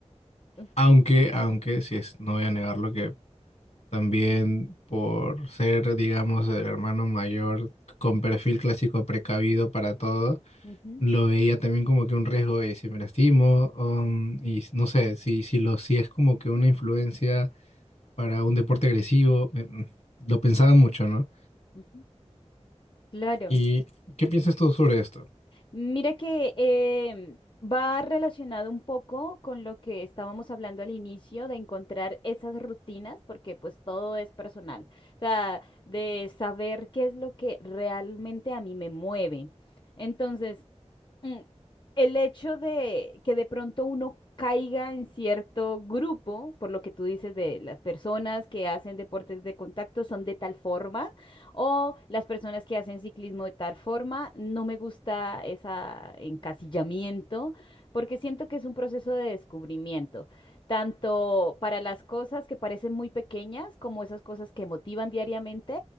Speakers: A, on the left; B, on the left.
A: ok,
B: Aunque, aunque, si es, no voy a negarlo, que también por ser, digamos, el hermano mayor con perfil clásico precavido para todo,
A: ujú.
B: lo veía también como que un riesgo y si me lastimo, um, y no sé, si, si, lo, si es como que una influencia para un deporte agresivo, me- mm, lo pensaba mucho, ¿no?
A: Ujú, Claro.
B: ¿Y qué piensas tú sobre esto?
A: Mira que em, va relacionado un poco con lo que estábamos hablando al inicio de encontrar esas rutinas, porque pues todo es personal. O sea, de saber qué es lo que realmente a mí me mueve. Entonces, Mm, El hecho de que de pronto uno caiga en cierto grupo, por lo que tú dices de las personas que hacen deportes de contacto son de tal forma, o las personas que hacen ciclismo de tal forma, no me gusta ese encasillamiento, porque siento que es un proceso de descubrimiento, tanto para las cosas que parecen muy pequeñas como esas cosas que motivan diariamente